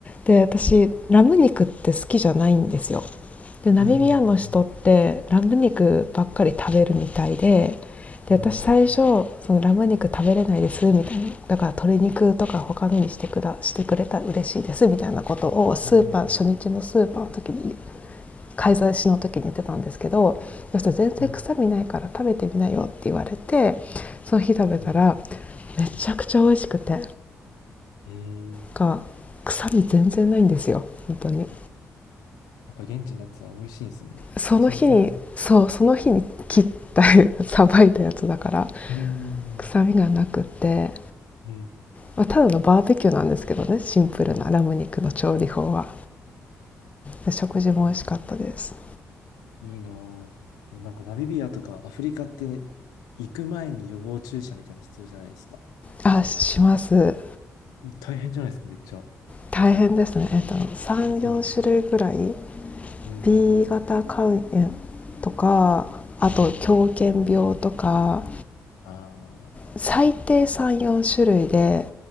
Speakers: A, on the left (about 20°); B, on the left (about 75°).
A: で私ラム肉って好きじゃないんですよ。でナミビアの人ってラム肉ばっかり食べるみたいで
B: うん。うん。うん
A: で私最初そのラム肉食べれないですみたいなだから鶏肉とか他のにしてくだしてくれたら嬉しいですみたいなことをスーパー初日のスーパーの時に
B: ええうん。
A: 買い出しの時に言ってたんですけどそしたら全然臭みないから食べてみなよって言われて
B: うん。
A: その日食べたら
B: うん
A: めちゃくちゃ美味しくて
B: ええ
A: が臭み全然ないんですよ本当に
B: やっぱ現地のやつは美味しいんですね。
A: その日にそうその日に切ったさばいたやつだから
B: 新鮮だから。ううん。
A: 臭みがなくて、
B: うん。
A: まあただのバーベキューなんですけどねシンプルなラム肉の調理法は
B: う
A: で食事も美味しかったです
B: んいいなぁ。でもなんかナミビアとかアフリカって行く前に予防注射みたいなの必要じゃないですか。
A: あします
B: 大変じゃないですか、めっちゃ。
A: 大変ですね、えっと、34種類ぐらい
B: ですよね。うん。
A: B 型肝炎とかあと狂犬病とか
B: うん。ああ、
A: 最低34種類で